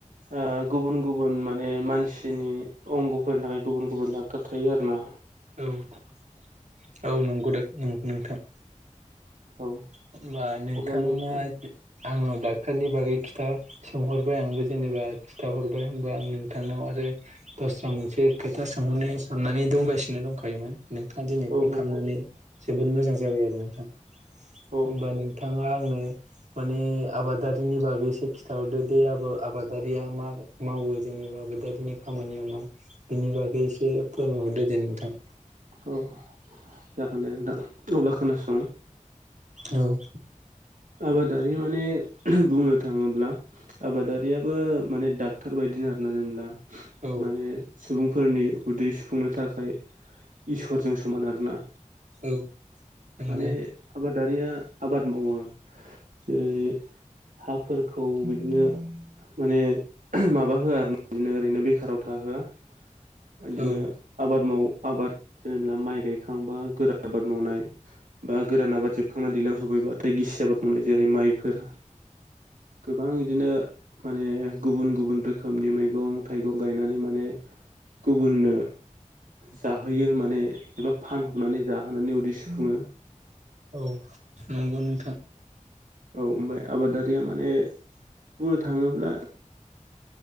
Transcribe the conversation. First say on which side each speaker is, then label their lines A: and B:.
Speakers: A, on the right; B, on the right.
A: ओ गुबुन गुबुन माने मानसिनि अंगफोरनि थाखाय गुबुन गुबुन डक्टर थायो आर ना।
B: औ औ नंगौ नोंथां
A: औ
B: होमबा नोंथाङा
A: अब्ला नोंथां
B: आंनाव ड'क्टरनि बागै खिथा सोंहरबाय आंबो जेनेबा खिथाहरबाय होनबा आं नोंथांनाव आरो दस्रा मोनसे खोथा सोंहरनो साननानै दंगासिनो दंखायोमोन नोंथाङा दिनै
A: औ
B: कल
A: नोंथां
B: खालामनानै जोबोद मोजां जाबाय आरो नोंथां।
A: औ
B: होमबा नोंथाङा आंनो माने आबादारिनि बागै एसे खिन्थाहरदो दे आ आबादारिया मा मावो जेनेबा आबादारिनि खामानियावनो बिनि बागै एसे फोरमायहरदो दे नोंथां।
A: अ जागोन दे नोंथां अब्ला खोनासं।
B: औ
A: आबादारि माने बुंनो थाङोब्ला आबादारियाबो माने डाक्टर बायदिनो आरोना जेनेब्ला
B: औ
A: माने सुबुंफोरनि उदै सुफुंनो थाखाय इसोरजों समान आरोना
B: औ नंगौ
A: माने आबादारिया आबाद मावो जेरै हाफोरखौ बिदिनो माने माबा होआ आरो ना बिदिनो ओरैनो बेखाराव थाहोआ बिदिनो
B: औ
A: आबाद माव आबाद जेनेबा माइ गायखांबा गोरा आबाद मावनाय बा गोरान आबाद जोबखांनानै दैलां सफैबाथाय गिसि आबाद मावनाय जेरै माइफोर गोबां बिदिनो माने गुबुन गुबुन रोखोमनि मैगं थाइगं गायनानै माने गुबुननो जाहोयो माने एबा फानहरनानै जाहोनानै उदिस हो
B: औ नंगौ नोंथां।
A: औ ओमफ्राय आबादारिया माने बुंनो थाङोब्ला